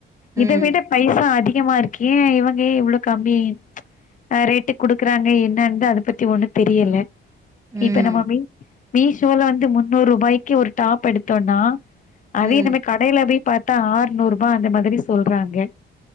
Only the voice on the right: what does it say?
ம்
ம்
ம்